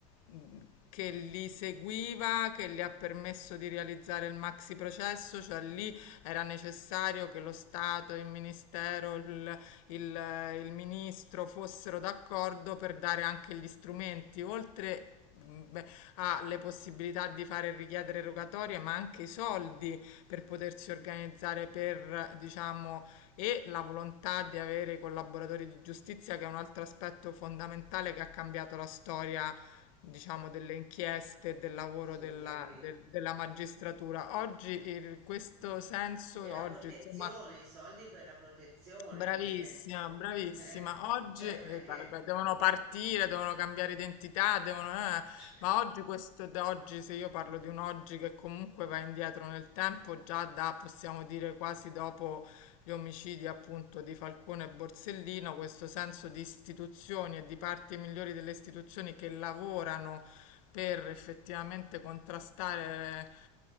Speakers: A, on the left (about 80°); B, on the right (about 80°).
A: mh, che li seguiva, che le ha permesso di realizzare il maxi processo, cioè lì era necessario che lo Stato, il Ministero, il, il, eh, il Ministro fossero d'accordo per dare anche gli strumenti, oltre beh, ha le possibilità di fare richiedere rogatorie, ma anche i soldi per potersi organizzare per, diciamo, e la volontà di avere i collaboratori di giustizia, che è un altro aspetto fondamentale che ha cambiato la storia diciamo,
B: mm,
A: delle inchieste, e del lavoro
B: assolutamente.
A: della, del- della magistratura. Oggi in questo senso,
B: E la
A: oggi,
B: protezione,
A: insomma,
B: i soldi per la protezione,
A: Bravissima,
B: perché,
A: bravissima.
B: eh,
A: Oggi
B: cioè,
A: eh,
B: non è che...
A: guarda, devono partire, devono cambiare identità, devono, eh,
B: cioè,
A: ma oggi questo da oggi, se io parlo di un oggi che comunque va indietro nel tempo, già da possiamo dire quasi dopo gli omicidi appunto di Falcone e Borsellino, questo senso di istituzioni e di parti migliori delle istituzioni che lavorano per effettivamente contrastare